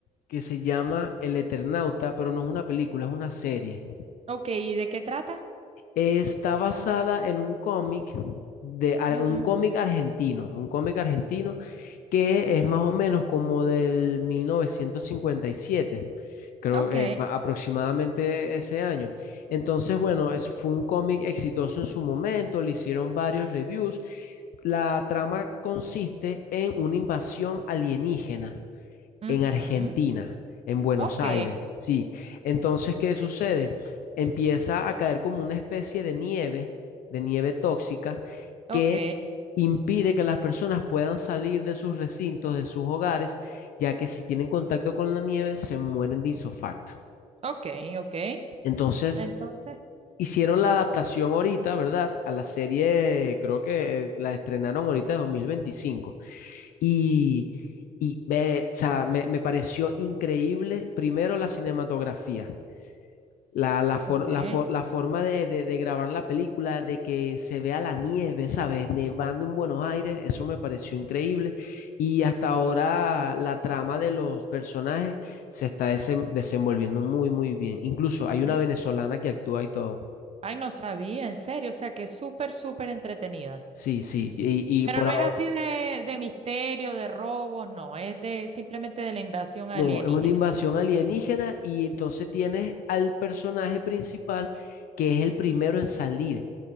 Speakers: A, on the left; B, on the right.
A: que se llama El Eternauta, pero no es una película, es una serie.
B: Ok, ¿y de qué trata?
A: Está basada en un cómic de ar-
B: Ujú,
A: un cómic argentino, un cómic argentino que es más o menos como del 1957, creo
B: Ok,
A: eh, ma- aproximadamente ese año. Entonces, bueno, eso fue un cómic exitoso en su momento, le hicieron varios reviews. La trama consiste en una invasión alienígena
B: ujú,
A: en Argentina, en Buenos
B: ok,
A: Aires, sí. Entonces, ¿qué sucede? Empieza a caer como una especie de nieve, de nieve tóxica,
B: ok,
A: que impide que las personas puedan salir de sus recintos, de sus hogares, ya que si tienen contacto con la nieve, se mueren de isofacto.
B: ok, ok.
A: Entonces,
B: Entonces,
A: hicieron la adaptación ahorita, ¿verdad? A la serie, creo que eh, la estrenaron ahorita de 2025. Y, y ve, o sea, me, me pareció increíble, primero la cinematografía, la, la, for-
B: ok.
A: la for- la forma de, de- de grabar la película, de que se vea la nieve, ¿sabes? Nevando en Buenos Aires, eso me pareció increíble. Y hasta ahora la trama de los personajes se está desem- desenvolviendo muy, muy bien. Incluso hay una
B: Mm.
A: venezolana que actúa y todo.
B: Ay, no sabía, en serio, o sea que es súper, súper entretenida.
A: Sí, sí, y, y
B: Pero
A: por
B: no
A: ahora...
B: es así de, de misterio, de robos, no, es de simplemente de la invasión alienígena.
A: No, es una invasión alienígena y entonces tienes al personaje principal que es el primero en salir.